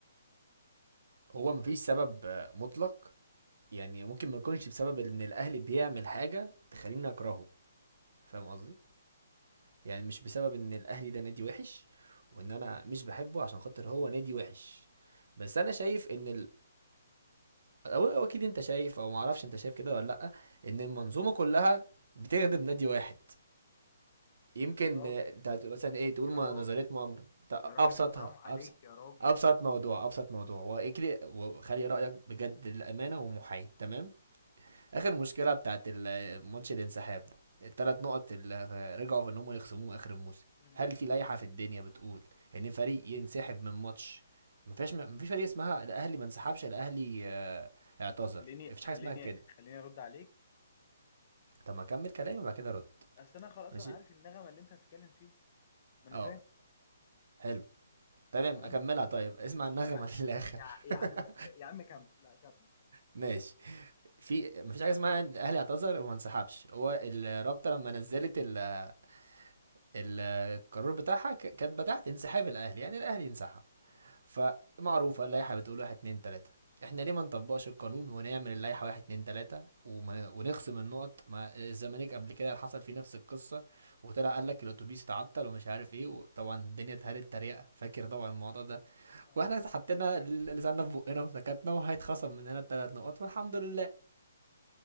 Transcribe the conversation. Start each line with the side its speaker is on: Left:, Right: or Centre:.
Right: هو مفيش سبب آه، مطلق يعني ممكن ما يكونش بسبب ان الاهلي بيعمل حاجه تخليني اكرهه فاهم قصدي يعني مش بسبب ان الاهلي ده نادي وحش وان انا مش بحبه عشان خاطر هو نادي وحش بس انا شايف ان ال... أو, او اكيد انت شايف او معرفش انت شايف كده ولا لا ان المنظومه كلها بتخدم نادي واحد يمكن
Left: يا راجل
Right: انت هت- مثلا ايه تقول
Left: يا
Right: ما-
Left: راجل
Right: نظرية مؤامرة ت-
Left: يا راجل
Right: ابسطها
Left: حرام عليك
Right: ابسط
Left: يا راجل
Right: ابسط موضوع ابسط موضوع واجري وخلي رايك بجد للامانه ومحايد تمام اخر مشكله بتاعت ال- ماتش الانسحاب ده الثلاث
Left: مم.
Right: نقط اللي رجعوا في ان هم يخصموهم اخر الموسم
Left: مم.
Right: هل في لائحه في الدنيا بتقول ان فريق ينسحب من ماتش ما فيش ما فيش فريق اسمها الاهلي ما انسحبش الاهلي آه، اعتذر
Left: خليني
Right: مفيش حاجه
Left: خليني
Right: اسمها كده
Left: خليني ارد عليك
Right: طب ما اكمل كلامي وبعد كده رد
Left: اصل انا خلاص
Right: ماشي
Left: انا عارف النغمه اللي انت هتتكلم فيها ما انا
Right: اه
Left: فاهم
Right: حلو تمام
Left: تمام
Right: اكملها طيب اسمع النغمه
Left: يا
Right: للاخر
Left: يا يا عم
Right: <laughs>
Left: لا يا عم كمل لا كمل كمل
Right: ماشي في مفيش حاجه اسمها الاهلي اعتذر وما انسحبش هو الرابطه لما نزلت ال- القرار بتاعها ك- كاتبه تحت انسحاب الاهلي يعني الاهلي انسحب فمعروفه اللائحه بتقول 1 2 3 احنا ليه ما نطبقش القانون ونعمل اللائحه 1 2 3 وما ونخصم النقط ما الزمالك قبل كده حصل فيه نفس القصه وطلع قال لك الاتوبيس اتعطل ومش عارف ايه وطبعا الدنيا اتهرت تريقه فاكر طبعا الموضوع ده
Left: اه
Right: واحنا حطينا لساننا في بقنا وسكتنا وهيتخصم مننا الثلاث نقط والحمد لله